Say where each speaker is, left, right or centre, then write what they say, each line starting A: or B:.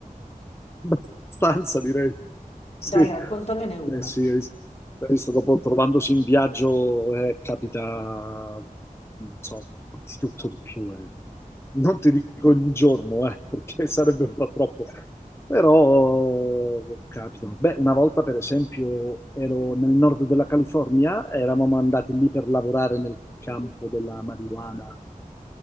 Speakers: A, on the left (about 15°); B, on the left (about 45°).
A: Abbastanza, direi. Sì.
B: Dai, raccontamene una.
A: Beh, sì, hai vis- hai visto, dopo trovandosi in viaggio eh, capita, non so, di tutto di più. eh. Non ti dico ogni giorno, eh, perché <laughs> sarebbe un po' troppo. Però capita. Beh, una volta, per esempio, ero nel nord della California, eravamo andati lì per lavorare nel campo della marijuana